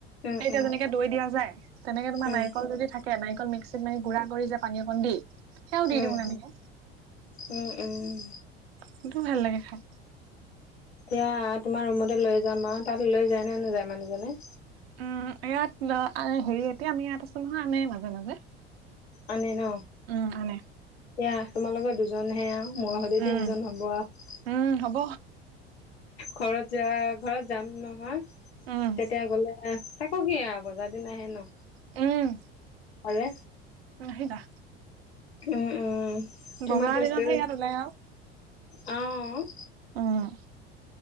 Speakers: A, on the left; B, on the right.
A: উম
B: এতিয়া
A: উম
B: যেনেকে দৈ দিয়া যায়, তেনেকে তোমাৰ
A: উম
B: নাৰিকল যদি থাক মিক্সিত মানে গুড়া কৰি যে পানী অকণ দি সেয়াও দি
A: উম,
B: দিওঁ তেনেকে
A: উম, উম,
B: সেইটো ভাল লাগে খাই
A: এতিয়া তোমাৰ ৰুমতে লৈ যাম, অ', তাত লৈ যায় নে নেযায় মানুহজনে?
B: উম, ইয়াত হেৰি এতিয়া আমি ইয়াত আছো নহয় আনে মাজে মাজে
A: আনে ন
B: উম আনে
A: এয়া তোমালোকৰ দুজনহে আৰু মই হ'লে
B: উম
A: তিনিজন হ'ব আৰু
B: উম, হ'ব
A: ঘৰত যোৱা ঘৰত যাম নহয়,
B: উম
A: তেতিয়া গ'লে তাকো কি আৰু বজাৰ দিন আহে ন
B: উম,
A: হ'লে
B: আহিবা
A: উম, উম, তোমাৰ
B: বজাৰৰ
A: টেষ্ট
B: দিনতহে ইয়াত ওলাই আৰু
A: অ',
B: অ',